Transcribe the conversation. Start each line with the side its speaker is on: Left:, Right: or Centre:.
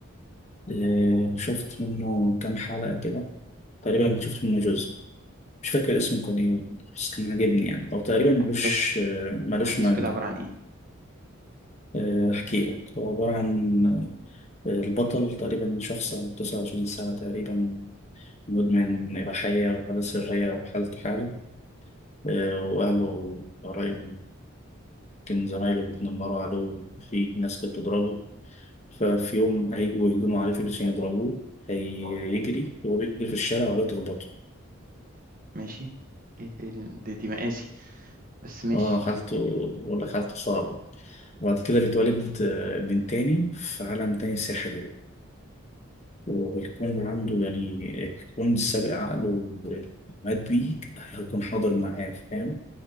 Left: آه، شفت منه كام حلقة كده تقريبا كنت شفت منه جزء مش فاكر اسمه كان إيه بس كان عاجبني يعني هو تقريبا ملوش
Right: بس
Left: آه، ملوش
Right: احداثه
Left: مانجا
Right: كده عباره عن ايه
Left: آه، أحكي لك هو عبارة عن آه، البطل تقريبا شخص عنده 29 سنة تقريبا مدمن إباحية وحالة سرية وحالته حالة آه، وأهله قرايبه يمكن زمايله بيتنمروا عليه في ناس كانت بتضربه ففي يوم هيجوا يهجموا عليه فلوس عشان يضربوه هيجري وهو بيجري في الشارع ولا تخبطه
Right: ماشي إيه إيه ال- دي, دي مقاسي بس ماشي
Left: اه حالته بقول لك حالته صعبة وبعد كده بيتولد آه، من تاني في عالم تاني سحري وبيكون عنده يعني بيكون سابق عقله اللي مات بيه هيكون حاضر معاه فاهم